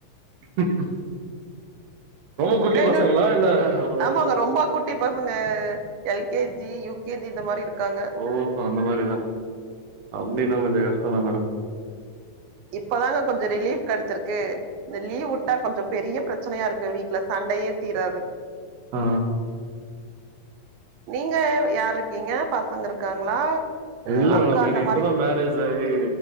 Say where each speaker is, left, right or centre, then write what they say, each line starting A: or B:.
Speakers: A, on the right (about 60°); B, on the right (about 90°).
A: <inaudible> ரொம்ப குட்டி
B: ஏன்னா
A: பசங்களா
B: இன்னு
A: இல்ல ஒரு
B: ஆமாங்க
A: அளவுக்
B: ரொம்ப குட்டி பசங்க L. K. G U. K. G இந்த மாரி இருக்காங்க
A: ஓஹோ அந்த மாரிதா அப்டின்னா கொஞ்சோ கஷ்டதா மேடம்
B: இப்பதாங்க கொஞ்சோ ரிலீஃப் கெடச்சிருக்கு இந்த லீவ் உட்டா கொஞ்சோ பெரிய பிரச்சனையா இருக்கு வீட்ல சண்டையே தீராதுங்
A: அ
B: நீங்க யார் இருக்கீங்க பசங்க இருக்காங்களா அ
A: இல்ல
B: அக்கா
A: மேடம்
B: அந்த
A: எனக்கு இப்பதா
B: மாரி இருக்கு
A: மேரேஜ் ஆயி